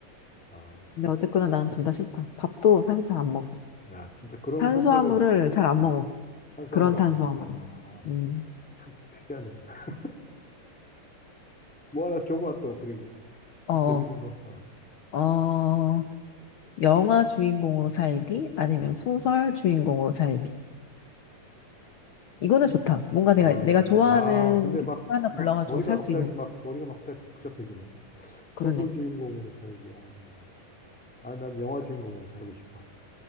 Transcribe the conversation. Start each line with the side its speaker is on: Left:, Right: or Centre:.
Centre: 아,
Left: 근데 어쨌거나 나는 둘 다 싫다. 밥도 사실 잘 안 먹어.
Centre: 야 진짜 그런
Left: 탄수화물을
Centre: 선택을
Left: 잘 안
Centre: 어,
Left: 먹어.
Centre: 탄수화물
Left: 그런 탄수화물.
Centre: 안 먹. 어,
Left: 음.
Centre: 참 특이하네. <laughs> 뭐 하나 줘봐 또 그리고
Left: 어,
Centre: 또 재밌는 거. 어,
Left: 어, 영화 주인공으로 살기? 아니면
Centre: 어.
Left: 소설 주인공으로 살기? 이거는 좋다. 뭔가 내가,
Centre: 아,
Left: 내가 좋아하는
Centre: 아, 근데
Left: 캐릭터
Centre: 막,
Left: 하나
Centre: 막,
Left: 골라가지고
Centre: 머리가
Left: 살
Centre: 갑자기
Left: 수 있는,
Centre: 막, 머리가 막 잘 복잡해지네. 소설
Left: 그러네.
Centre: 주인공으로 살기, 영화 주인공으로 살 아, 난 영화 주인공으로 살고 싶어.